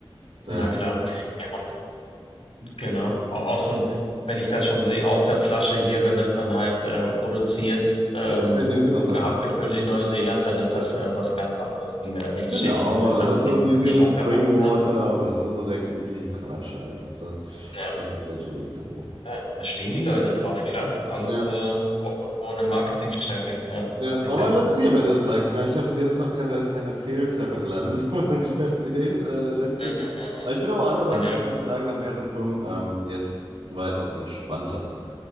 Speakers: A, on the right (about 75°); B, on the left (about 85°).
A: Da,
B: Na klar. Ja, und genau. Au- Auch so ein, wenn ich das schon sehe auf der Flasche hier, wenn das dann heißt, äh, produziert ähm,
A: ja, in New Zealand
B: oder
A: halt, ne?
B: abgefüllt in Neuseeland, dann ist
A: Ja.
B: das äh, was ganz anderes, wie wenn da nichts
A: Genau,
B: steht und du lässt
A: das
B: das
A: ist
B: in
A: so New
B: Sri
A: Zealand
B: Lanka
A: Spring
B: machen.
A: Water,
B: Ne?
A: weißt du, so der übliche Quatsch halt. Also,
B: Ja,
A: das ist natürlich doof.
B: ja, da stehen die Leute drauf, klar. Ist Alles
A: Ja,
B: äh, auch irgendwo eine Marketingstärke, ja,
A: ja,
B: mit Sicherheit.
A: aber let's see am Ende des Tages. Ich meine, ich habe bis jetzt noch keine, keine Fehltreffer gelandet <laughs> von meinen Geschäftsideen. Äh, let's
B: Mhm.
A: see.
B: Mhm.
A: Aber Ich bin aber auch andererseits,
B: Mhm. Ja.
A: muss ich sagen, nach mehreren Firmen ähm, jetzt weitaus entspannter.